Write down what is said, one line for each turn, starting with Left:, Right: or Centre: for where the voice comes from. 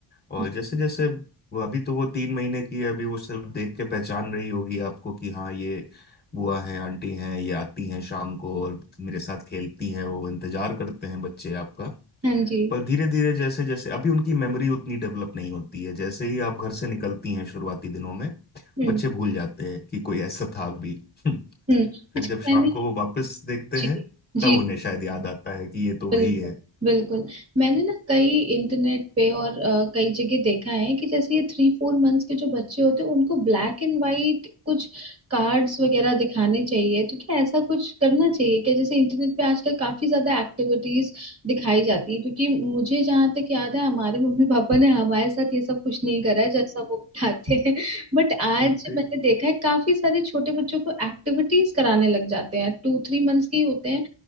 Left: और
Right: <laughs>
Left: जैसे जैसे वो अभी तो वो तीन महीने की है अभी वो सिर्फ देख के पहचान रही होगी आपको कि हाँ ये बुआ है आंटी हैं ये आती हैं शाम को और मेरे साथ खेलती हैं वो इंतजार करते हैं बच्चे आपका
Right: हाँ जी
Left: पर धीरे धीरे जैसे जैसे अभी उनकी मेमोरी उतनी डेवलप नहीं होती है जैसे ही आप घर से निकलती हैं शुरुआती दिनों में
Right: हम्म
Left: बच्चे भूल जाते हैं कि कोई ऐसा था भी <laughs> फिर
Right: हम्म अच्छा
Left: जब शाम
Right: मैंने
Left: को वो वापस देखते
Right: जी
Left: हैं
Right: जी
Left: तब उन्हें शायद याद आता है कि ये तो वही
Right: बिल्कुल
Left: है
Right: बिल्कुल मैंने ना कई इंटरनेट पे और अ, कई जगह देखा है कि जैसे ये थ्री फोर मंथ्स के जो बच्चे होते हैं उनको ब्लैक एंड वाइट कुछ कार्ड्स वगैरह दिखाने चाहिए तो क्या ऐसा कुछ करना चाहिए क्या जैसे इंटरनेट पे आजकल काफी ज्यादा एक्टिविटीज दिखाई जाती है क्योंकि मुझे जहाँ तक याद है हमारे मम्मी पापा ने हमारे साथ ये सब कुछ नहीं करा है जैसा वो बताते हैं <laughs> बट आज
Left: <laughs>
Right: मैंने देखा है काफी सारे छोटे बच्चों को एक्टिविटीज कराने लग जाते हैं टू थ्री मंथ्स के ही होते हैं